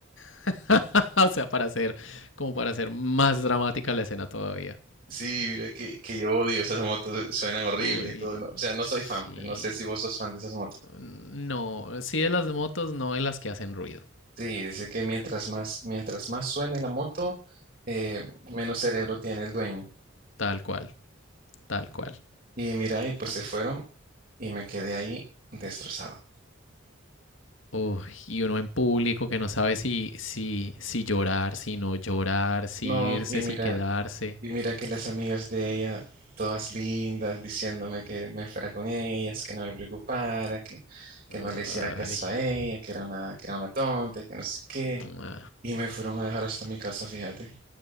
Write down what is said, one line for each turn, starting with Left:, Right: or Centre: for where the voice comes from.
Left: <laughs> O sea, para hacer, como para hacer más dramática la escena todavía.
Right: Sí, mira, que, que yo odio esas motos, suenan horrible
Left: Uy,
Right: y todo. ¿no? O sea, no
Left: sí.
Right: soy fan, pues, no sé si vos sos fan de esas motos.
Left: Mm, No, sí de las motos, no de las que hacen ruido.
Right: Sí, dice que mientras más, mientras más suene la moto, eh, menos cerebro tiene el dueño.
Left: Tal cual, tal cual.
Right: Y mira, y pues
Left: Ah,
Right: se fueron y me quedé ahí destrozado.
Left: Uy, y uno en público que no sabe si, si, si llorar, si no llorar, si
Right: No,
Left: irse,
Right: y mira.
Left: si quedarse.
Right: Y mira que las amigas de ella, todas lindas, diciéndome que me fuera con ellas, que no me preocupara, que, que
Left: Ay,
Right: no le hiciera caso a ella, que era una, que era una tonta y que no sé qué.
Left: mua.
Right: Y me fueron a dejar hasta mi casa, fíjate.